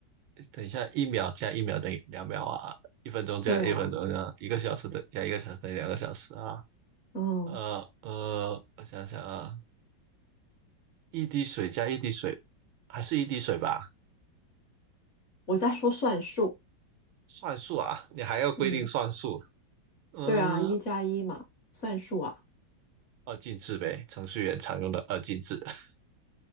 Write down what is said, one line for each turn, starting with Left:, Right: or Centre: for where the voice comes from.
Right: 等一下，一秒加一秒等于两秒啊，一分钟加一分钟啊，
Left: 对啊，
Right: 一个小时等加一个小时等于两个小时啊。
Left: 嗯，
Right: 呃呃，我想想啊，一滴水加一滴水，还是一滴水吧？
Left: 我在说算术，
Right: 算数啊，你还要规定算数。
Left: 嗯，
Right: 嗯，
Left: 对啊，一加一嘛，算术啊，
Right: 二进制呗，程序员常用的二进制 <laughs>